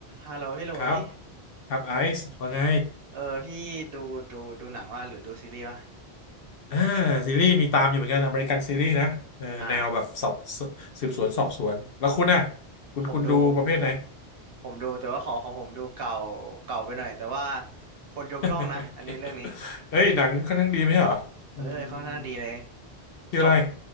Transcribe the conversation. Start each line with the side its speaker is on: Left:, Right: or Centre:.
Right: ฮัลโหลพี่หลุย
Left: ครับครับไอซ์ว่าไง
Right: เออพี่ดูดูดูหนังว่าหรือดูซีรีส์วะ
Left: อ่าซีรีส์มีตามอยู่เหมือนกันอเมริกันซีรีส์นะเออแนวแบบสอบ
Right: อ่า
Left: สืบสวนสอบสวนแล้วคุณน่ะคุณคุณดูประเภทไหน
Right: ผมดูผมดูแต่ว่าของของผมดูเก่าเก่าไปหน่อยแต่ว่าคนยกย่องนะอันนี้เรื่องนี้
Left: <laughs> เอ้ยหนังค่อนข้างดีไหมใช่เหรออืมอืมอืมอืม
Right: เออค่อนข้างดีเลย
Left: ชื่ออะไร
Right: จบ